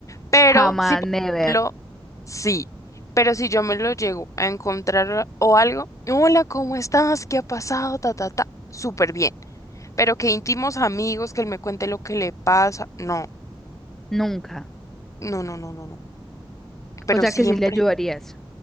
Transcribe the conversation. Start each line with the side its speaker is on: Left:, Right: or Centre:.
Left: Pero
Centre: Jamás,
Left: si, por
Centre: never,
Left: ejemplo, sí, pero si yo me lo llego a encontrar o algo, hola, ¿cómo estás? ¿Qué ha pasado? Ta, ta, ta, súper bien. Pero que íntimos amigos, que él me cuente lo que le pasa, no,
Centre: nunca.
Left: no, no, no, no, no. Pero
Centre: O sea
Left: siempre.
Centre: que sí le ayudarías.